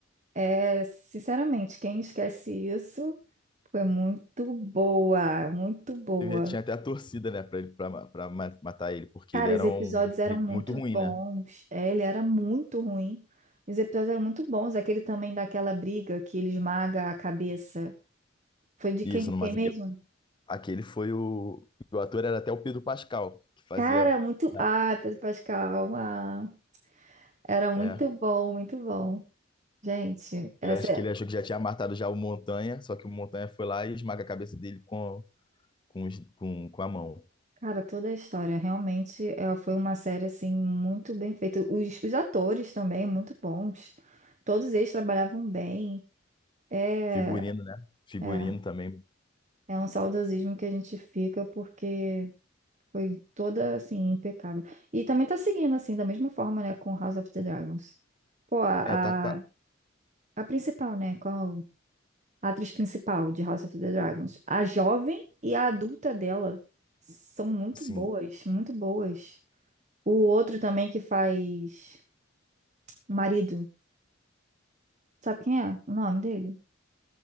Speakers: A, on the right (about 35°); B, on the left (about 25°).
A: é, sinceramente, quem esquece isso foi muito boa, muito boa.
B: teve- tinha até a torcida, né, pra, ele, pra, ma- pra ma- matar ele, porque
A: Cara,
B: ele era
A: os episódios
B: um
A: eram
B: ele
A: muito
B: muito ruim,
A: bons.
B: né?
A: É, ele era muito ruim. Os episódios eram muito bons. Aquele também daquela briga que ele esmaga a cabeça. Foi de
B: Isso,
A: quem com
B: no
A: quem
B: Mass
A: mesmo?
B: Aquele foi o. O ator era até o Pedro Pascal, que fazia.
A: Cara, muito.
B: na-
A: Ah, Pedro Pascal. ah. era muito
B: É,
A: bom, muito bom. Gente, essa,
B: ele, acho que ele achou que já tinha matado já o Montanha, só que o Montanha foi lá e esmaga a cabeça dele com, com, os- com, com a mão.
A: Cara, toda a história realmente é, foi uma série assim muito bem feita. Os, os atores também muito bons. Todos eles trabalhavam bem. É,
B: Figurino, né? Figurino
A: é,
B: também.
A: é um saudosismo que a gente fica porque foi toda assim impecável. E também tá seguindo assim da mesma forma, né, com House of the Dragons. Pô, a,
B: É, tá, tá.
A: a, a principal, né, qual a atriz principal de House of the Dragons, a jovem e a adulta dela são muito
B: Sim.
A: boas, muito boas. O outro também que faz o marido. Sabe quem é o nome dele?